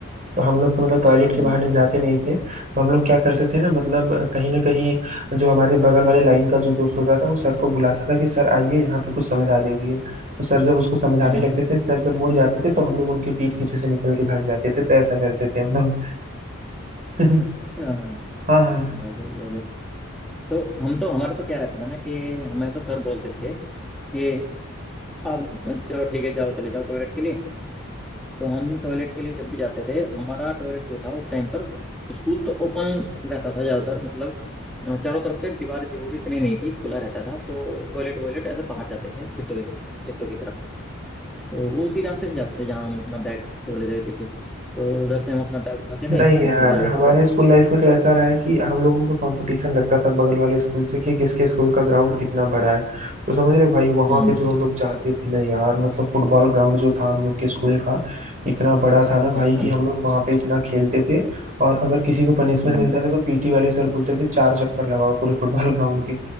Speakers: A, on the right (about 35°); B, in the centre.
A: तो हम लोग तो मतलब टॉयलेट
B: हम्म
A: के बहाने जाते नहीं थे तो हम लोग क्या करते थे ना मतलब कहीं ना कहीं जो हमारे बगल वाले लाइन का जो दोस्त होता था वो सर को बुलाता था कि सर आइए यहाँ पे कुछ समझा दीजिए तो सर जब उसको समझाने
B: हम्म
A: लगते थे सर जब मुड़ जाते थे तो हम लोग उनके पीठ पीछे से निकल के भाग जाते थे तो ऐसा करते थे हम लोग <laughs>
B: अच्छा
A: हाँ हाँ
B: गजब गजब तो हम तो हमारा तो क्या रहता था ना कि हमें तो सर बोलते थे कि आप चलो ठीक है जाओ चले जाओ टॉयलेट के लिए तो हम टॉयलेट के लिए जब भी जाते थे हमारा टॉयलेट जो था उस टाइम पर स्कूल तो ओपन रहता था ज्यादातर मतलब अ, चारों तरफ से दीवारें दीवारें इतनी नहीं थी खुला रहता था तो टॉयलेट वॉयलेट ऐसे बाहर जाते थे खेतों में खेतों की तरफ तो वो उसी रास्ते से जाते थे जहाँ हम अपना बैग छोड़ देते थे पीछे तो उधर से हम अपना बैग उठाते
A: नहीं
B: थे
A: यार
B: और घर भाग जाते
A: हमारे
B: थे
A: स्कूल लाइफ में तो ऐसा रहा है कि हम लोगों में तो कंपटीशन लगता था बगल वाले स्कूल से कि किसके स्कूल का ग्राउंड कितना बड़ा है तो समझ रहे हो भाई वहां
B: हम्म
A: पे जब हम लोग जाते थे ना यार मतलब फुटबॉल ग्राउंड जो था हम लोग के स्कूल का इतना बड़ा था ना भाई
B: अच्छा
A: कि हम लोग वहां पे इतना खेलते थे और अगर किसी को पनिशमेंट
B: हम्म
A: मिलता था तो पीटी वाले सर बोलते थे चार चक्कर लगाओ पूरे फुटबॉल ग्राउंड के